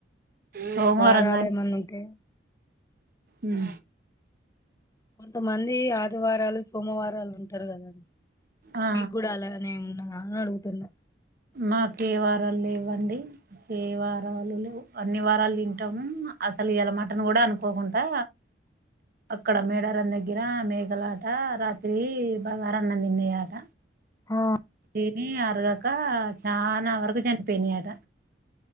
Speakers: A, on the right; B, on the left.
A: సోమవారం
B: వారాలేమన్న ఉంటే
A: ఉం
B: కొంతమంది ఆదివారాలు సోమవారాలు ఉంటారు కదా
A: ఆ
B: మీకు కూడా అలానే ఉన్నదా అని అడుగుతున్నా
A: మాకే వారాలు లేవండి ఏ వారాలు లేవు అన్ని వారాలు తింటాము అసలు ఇయల మటన్ కూడా అనుకోకుండా అక్కడ మేడారం దగ్గర మేక లట రాత్రి బగారన్నం తిన్నయి అట
B: ఆ
A: తిని అరగక చాలా వరకు చనిపోయినయి ఆట